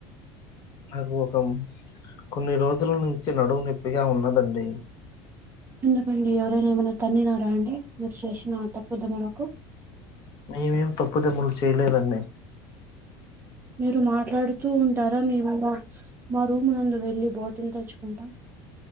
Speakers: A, on the left; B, on the right.
A: నాకు ఒక కొన్ని రోజుల నుంచి నడుము నొప్పిగా ఉన్నదండి
B: ఎందుకండి ఎవరైనా ఏమైనా తన్నినారా అండి మీరు చేసినా తప్పుదములకు
A: మేమేం తప్పుదమ్ములు చేయలే దండి
B: మీరు మాట్లాడుతూ ఉంటారా మేము మా మా రూమ్ నందు వెళ్లి బాటిల్ తెచ్చుకుంటాం